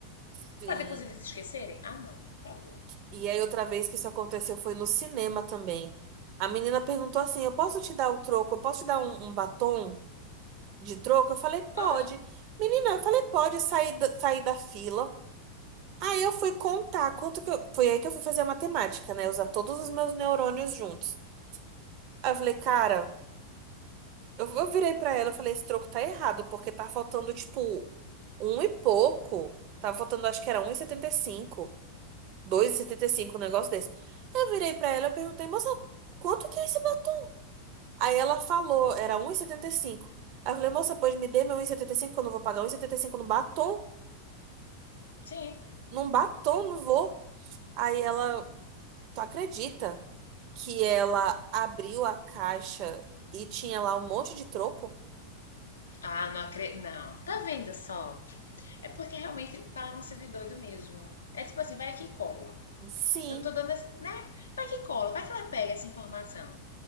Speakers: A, on the right; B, on the left.
A: Sim.
B: Para depois eles esquecerem? Ah, não, por favor.
A: E aí outra vez que isso aconteceu foi no cinema também. A menina perguntou assim: "Eu posso te dar o troco? Eu posso te dar um um batom?" de troco? Eu falei, pode.
B: Ah,
A: Menina, eu falei, pode sair da, sair da fila. Aí eu fui contar quanto que eu, foi aí que eu fui fazer a matemática, né? Usar todos os meus neurônios juntos. Aí eu falei, cara, eu, eu virei pra ela, eu falei, esse troco tá errado, porque tá faltando, tipo, um e pouco. Tava faltando, acho que era um e e e setenta setenta cinco dois e setenta e cinco um negócio desse. Eu virei pra ela, eu perguntei, moça, quanto que é esse batom? Aí ela falou, era um 1,75. Aí eu falei, moça, pois me dê meu um e e setenta e cinco que eu não vou pagar um e e setenta e cinco no batom.
B: sim.
A: num batom, não vou. Aí ela, tu acredita que ela abriu a caixa e tinha lá um monte de troco?
B: Ah, não acredito. Não. Tá vendo só? É porque realmente pagam ser de doido mesmo. É tipo assim, vai aqui e cola.
A: Sim,
B: Eu tô dando essa. Né? Vai que cola, vai que ela pega essa informação.